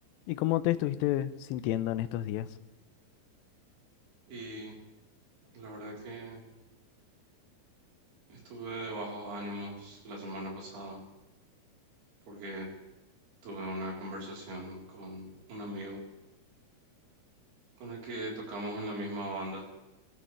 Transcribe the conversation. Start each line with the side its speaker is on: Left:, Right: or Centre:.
Left: ¿Y cómo te estuviste sintiendo en estos días?
Right: Y la verdad que estuve de bajos ánimos la semana pasada porque tuve una conversación con un amigo con el que tocamos en la misma banda